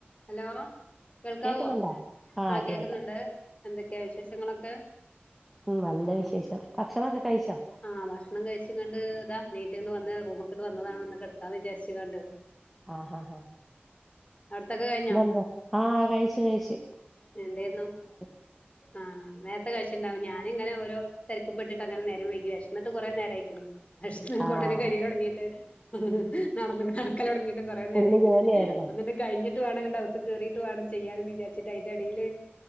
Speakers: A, on the left; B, in the centre.
A: Hello കേൾക്കാവോ
B: കേക്കുന്നുണ്ടോ ആഹ്
A: ആ ഹ
B: കേൾക്കാം
A: കേൾക്കുന്നുണ്ട് എന്തൊക്കെയാ വിശേഷങ്ങളൊക്കെ
B: ഉം നല്ല വിശേഷം ഭക്ഷണൊക്കെ കഴിച്ചോ
A: ആഹ ഭക്ഷണം കഴിച്ച് കണ്ട് താ നീറ്റ്കണ്ട് വന്ന റൂമ്ക്കണ്ട് വന്നതാ ഒന്ന് കെടക്കാന്ന് വിചാരിച്ച് കാണ്ട്
B: ആഹാ ആഹ
A: അവിട്ത്തൊക്കെ കഴിഞ്ഞോ
B: ഇത് എന്താ ആഹ കഴിച്ചു കഴിച്ചു
A: എന്തേയിരുന്നു
B: ഉ
A: ആഹ് നേരത്തെ കഴിച്ചിണ്ടാവും ഞാന് ഇങ്ങനെ ഓരോതിരക്ക്പ്പെട്ടിട്ട് അങ്ങനെ നേരം വൈകി വിഷെന്നിട്ട് കുറെ നേര അയിക്ക്ണ് വെശന്ന്
B: ആഹ്
A: കൊടല് കര്യലൊട്ങ്ങിട്ട് ഉം നടന്ന നടക്കലൊടങ്ങിട്ടും കൊറേ നേരായിക്ക്ണ്
B: ഫുള്ള് ജോലിയായിരുന്നു
A: ഒന്ന്ണ്ട് കഴിഞ്ഞ്ട്ട് വാണം അവുത്ത് കേറീട്ട് വാണം ചെയ്യാന്ന്ന് വിചരിച്ചിട്ട് അതിന്റെടീല്